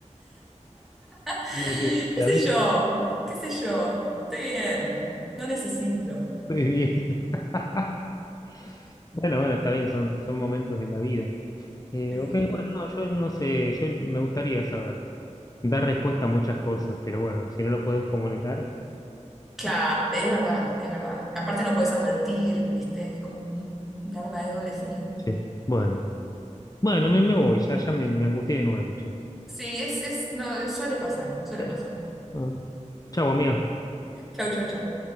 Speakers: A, in the centre; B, on the left (about 30°).
A: <laughs>
B: La que
A: qué
B: la
A: sé
B: vive.
A: yo, qué sé yo, estoy bien, no necesito.
B: Muy bien. <laughs> Bueno, bueno, está bien, son, son momentos de la vida. Eh,
A: Eh,
B: ok, bueno, no, yo no sé, yo me gustaría saber, dar respuesta a muchas cosas, pero bueno, si no lo podés comunicar,
A: claro,
B: eh,
A: es verdad, es verdad. Aparte no puedes advertir, ¿viste? Es como un, un arma de doble filo.
B: sí, bueno. Bueno, me, me voy, ya, ya me, me angustié de nuevo, che.
A: Sí, es, es, no, suele pasar, suele
B: Eh,
A: pasar.
B: Bueno, chau, amiga.
A: Chau, chau, chau.